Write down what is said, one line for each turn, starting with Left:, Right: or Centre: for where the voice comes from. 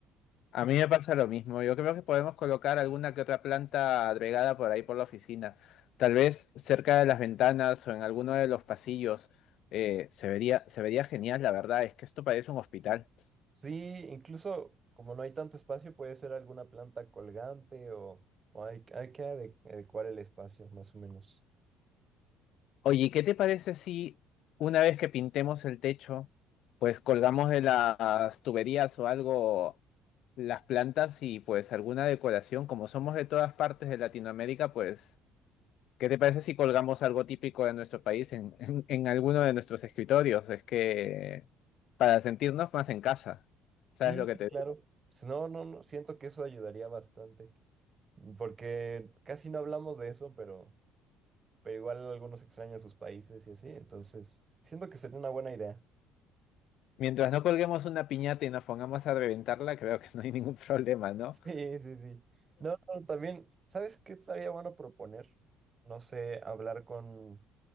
Left: A mí me pasa lo mismo. Yo creo que podemos colocar alguna que otra planta agregada por ahí por la oficina. Tal vez cerca de las ventanas o en alguno de los pasillos. Eh, se vería, se vería genial, la verdad. Es que esto parece un hospital.
Right: Sí, incluso como no hay tanto espacio, puede ser alguna planta colgante o, o hay, hay que ade- adecuar el espacio, más o menos.
Left: Oye, ¿y ¿qué te parece si una vez que pintemos el techo, pues colgamos de las tuberías o algo las plantas y pues alguna decoración? Como somos de todas partes de Latinoamérica, pues ¿Qué te parece si colgamos algo típico de nuestro país en, en, en alguno de nuestros escritorios? Es que para sentirnos más en casa,
Right: Sí,
Left: ¿sabes lo que
Right: sí,
Left: te
Right: claro.
Left: digo?
Right: Si No, no, no, siento que eso ayudaría bastante, porque casi no hablamos de eso, pero, pero igual algunos extrañan sus países y así, entonces siento que sería una buena idea. <laughs>
Left: Mientras no colguemos una piñata y nos pongamos a reventarla, creo que no hay ningún <laughs> problema, ¿no?
Right: Sí, sí, sí. No, no, también, ¿sabes qué estaría bueno proponer? No sé, hablar con,